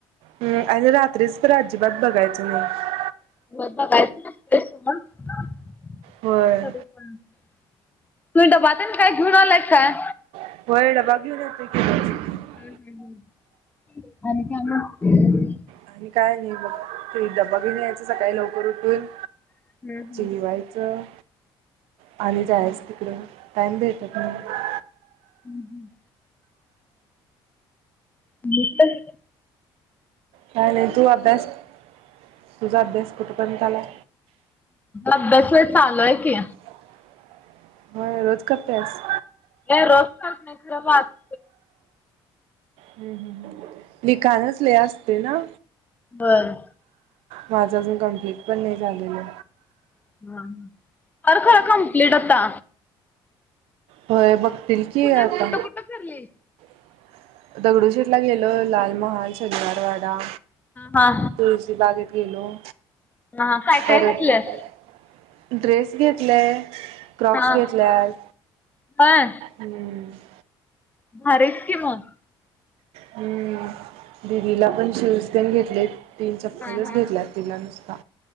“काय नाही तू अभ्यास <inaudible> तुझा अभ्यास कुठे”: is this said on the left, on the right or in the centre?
Right